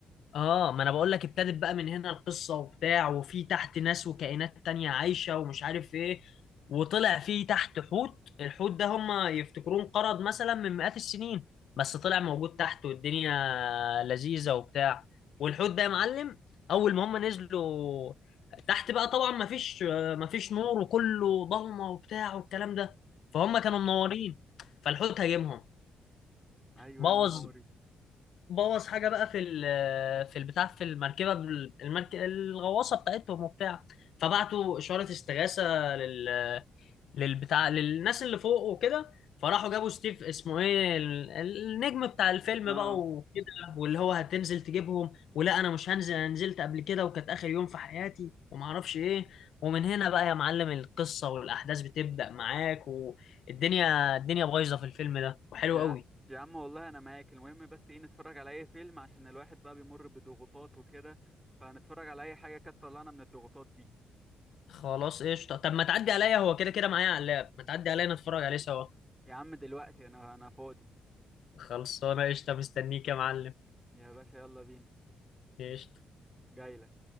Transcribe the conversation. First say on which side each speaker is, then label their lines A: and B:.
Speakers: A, on the left; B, on the right.
A: اه ما انا بقول لك ابتدت بقى من هنا القصه وبتاع وفي تحت ناس وكائنات تانية عايشه ومش عارف ايه وطلع في تحت حوت الحوت ده هم يفتكروه انقرض مثلا من مئات السنين بس طلع موجود تحت والدنيا لذيذه وبتاع والحوت ده يا معلم اول ما هم نزلوا تحت بقى طبعا ما فيش ما فيش نور وكله ضلمه وبتاع والكلام ده فهم
B: اه
A: كانوا منورين فالحوت هاجمهم
B: ايوه
A: بوظ
B: يا نهاري
A: بوظ حاجه بقى في ال- في البتاع في المركبه بال- المرك... الغواصه بتاعتهم وبتاع فبعتوا اشاره استغاثه لل للبتاع للناس اللي فوق وكده فراحوا جابوا ستيف اسمه ايه ال- النجم بتاع الفيلم
B: اه
A: بقى وكده واللي هو هتنزل تجيبهم ولا انا مش هنزل انا نزلت قبل كده وكانت اخر يوم في حياتي وما اعرفش ايه ومن هنا بقى يا معلم القصة والاحداث بتبدأ معاك والدنيا الدنيا بايظة في الفيلم ده وحلو
B: يا
A: قوي
B: يا عم والله انا معاك المهم بس ايه نتفرج على اي فيلم عشان الواحد بقى بيمر بضغوطات وكده فنتفرج على اي حاجه كانت طلعنا من الضغوطات دي
A: خلاص قشطة طب ما تعدي عليا هو كده كده معايا على اللاب ما تعدي عليا نتفرج عليه سوا
B: يا عم دلوقتي انا انا فاضي
A: خلصانة قشطة مستنيك يا معلم
B: يا باشا يلا بينا
A: قشطة
B: جايلك